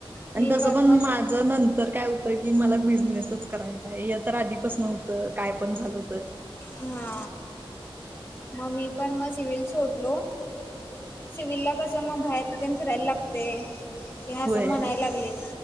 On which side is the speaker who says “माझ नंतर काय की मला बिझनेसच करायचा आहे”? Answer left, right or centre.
Right